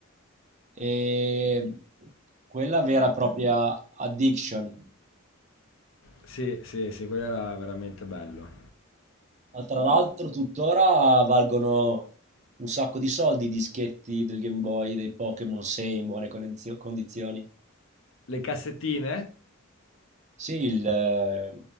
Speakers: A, on the right; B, on the left.
A: E quella vera e propria addiction.
B: Sì, sì, sì, quello era veramente bello.
A: Ma tra l'altro tuttora valgono un sacco di soldi i dischetti del Game Boy, dei Pokémon 6 in buone conenzio- condizioni.
B: Le cassettine?
A: Sì, il eh,